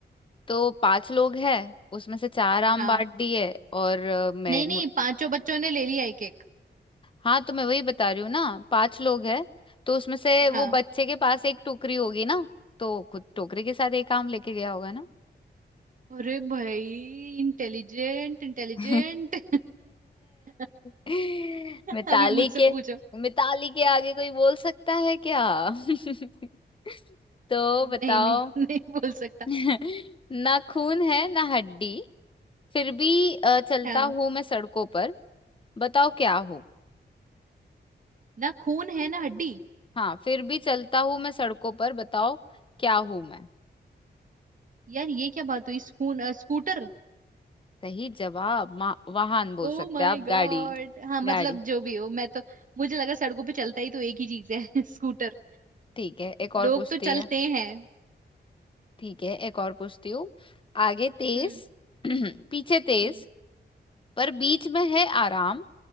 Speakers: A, on the left; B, on the right.
A: तो पांच लोग हैं उसमें से चार आम
B: हाँ
A: बांट दिए और अ, मैं
B: नहीं
A: मु-
B: नहीं पांचों बच्चों ने ले लिया एक एक
A: हाँ तो मैं वही बता रही हूँ ना पांच लोग हैं तो उसमें से वो
B: हाँ
A: बच्चे के पास एक टोकरी होगी ना तो खुद टोकरी के साथ एक आम लेके गया होगा ना
B: अरे भाई इंटेलिजेंट इंटेलिजेंट
A: <laughs>
B: <laughs>
A: ए, मिताली
B: अभी मुझसे
A: के
B: पूछो
A: मिताली के आगे कोई बोल सकता है क्या <laughs> तो
B: नहीं
A: बताओ
B: नहीं नहीं बोल सकता
A: <laughs> ना खून है ना हड्डी फिर भी अ, चलता
B: हाँ
A: हूँ मैं सड़कों पर बताओ क्या हूँ
B: ना खून है ना हड्डी
A: हाँ फिर भी चलता हूँ मैं सड़कों पर बताओ क्या हूँ मैं
B: यार ये क्या बात हुई खून अ, स्कूटर
A: सही जवाब मा- वाहन बोल
B: ओ
A: सकते
B: माय
A: हैं आप
B: गॉड
A: गाड़ी
B: हाँ मतलब
A: गाड़ी
B: जो भी हो मैं तो मुझे लगा सड़कों पे चलता ही तो एक ही चीज है <laughs> स्कूटर
A: ठीक है एक और
B: लोग
A: पूछती
B: तो चलते
A: है
B: हैं
A: ठीक है एक और पूछती हूँ आगे तेज
B: हम्म
A: <clears throat> पीछे तेज
B: हम्म
A: पर बीच में है आराम